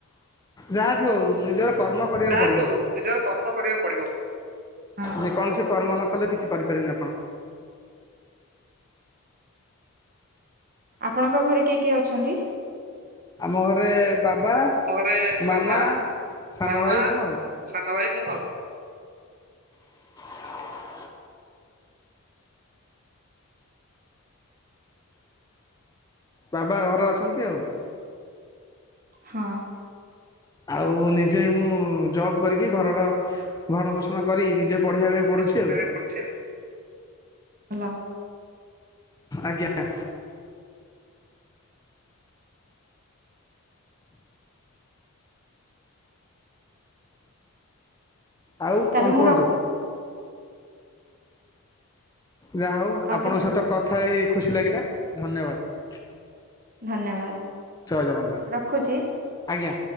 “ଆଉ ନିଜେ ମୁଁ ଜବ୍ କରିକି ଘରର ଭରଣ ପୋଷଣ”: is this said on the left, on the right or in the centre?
Left